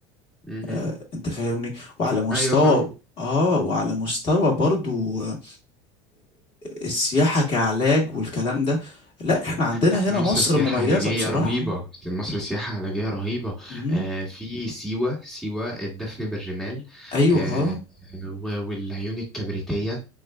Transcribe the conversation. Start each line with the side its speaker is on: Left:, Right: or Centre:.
Centre: مهم.
Left: آه، انت فاهمني وعلى مستوى
Centre: ايوه فعلا
Left: اه وعلى مستوى برضو آه، السياحة كعلاج والكلام ده لا احنا عندنا
Centre: لا، مصر
Left: هنا مصر
Centre: سياحة
Left: مميزة
Centre: علاجية
Left: بصراحة
Centre: رهيبة مصر سياحة علاجية رهيبة
Left: مم.
Centre: آه في سيوة سيوة الدفن بالرمال
Left: ايوه
Centre: آه
Left: اه
Centre: و- والعيون الكبريتية